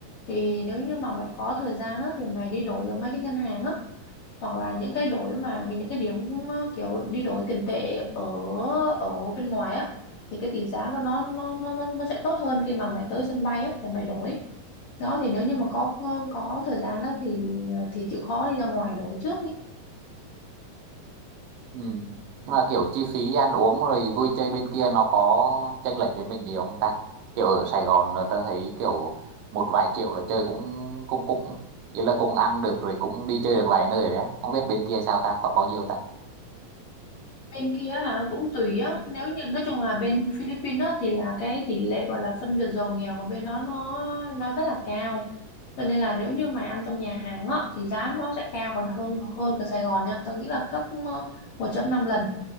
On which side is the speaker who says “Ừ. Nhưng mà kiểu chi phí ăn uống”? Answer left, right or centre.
Right